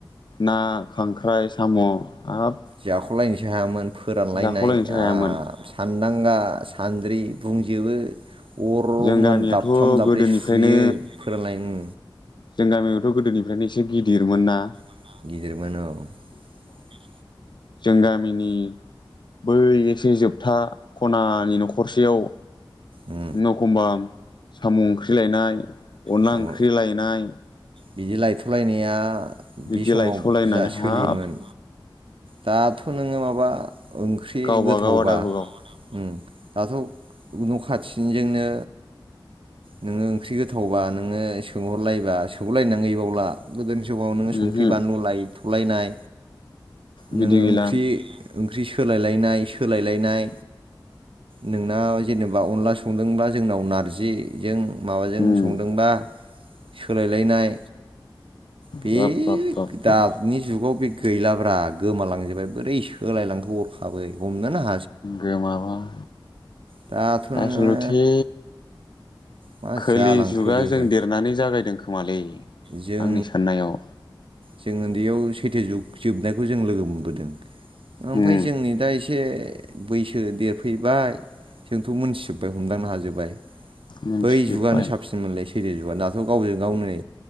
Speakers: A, on the left (about 60°); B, on the right (about 80°).
A: ना खांख्राइ साम' हाब।
B: जाख'लायनोसै हायामोन। फोरानलायनाय
A: जाख'लायनोसो हायामोन
B: सान्दां गा सान्द्रि बुंजोबो। अरमोन
A: जों गामियाथ'
B: दाबथाम दाब्रै
A: गोदोनिफ्रायनो
B: सुयो फोरलायनो।
A: जों गामियावथ' गोदोनिफ्रायनो एसे गिदिरमोनना।
B: <inaudible>
A: जों गामिनि बै एसे जोबथा खनानि न'खरसेयाव
B: उम
A: एखनबा। साम' ओंख्रि लायनाय अनला
B: साम'
A: ओंख्रि लायनाय।
B: बिदि लायथ'लायनाया।
A: बिदि
B: बे समावब
A: लायस'लायनाय
B: जा सोलियोमोन।
A: हाब
B: दाथ नोङो माबा। ओंख्रि
A: गावबा
B: गोथावबा
A: गाव आदाबो गाव
B: उम। दाथब न' खाथिनिजोंनो नोङो ओंख्रि गोथावबा। नोङो सोंहरलायबा सौबोलायनांङानो गैबावला। गोदोनि समाव नोङो संख्रि
A: ओमहो
B: बानलु लायथ उलायनाय।
A: बिदि
B: नोङो
A: गैला
B: ओंख्रि। ओंख्रि सोलालायनाय सोलायलायनाय नोंना जेनेबा अनला संदोंब्लाा जोंनाव नारजिजों। माबाजों
A: उम
B: संद दों बा सोलायलायनाय बे
A: बाब बाब बाब बाब
B: दाबनि जुगाव बे गैलाब्रा गोमालांजोबबाय बोरै सोलायलांखो हरखाबै हमनो हा।
A: गोमाबाय।
B: दाथ' नोङो
A: आसलथे
B: मा
A: खोलि
B: जालांखो
A: जुगा
B: बेबा
A: जों देरनानै जागायदों खोमालै।
B: जों
A: आंनि साननायाव।
B: जों उन्दैयाव सैथो जुग जोबनायग खौ जों लोगो मोनबोदों ओमफाय
A: उम
B: जोंनि दा एसे बैसो देरफैबाय जोंथ' मोनथिजोबबाय हमदांनो हाजोबबाय
A: मोनथिजोब्बाय
B: बै जुगानो साबसिन मोनलै सै थो जुगा दाथ' गावजों गाव नै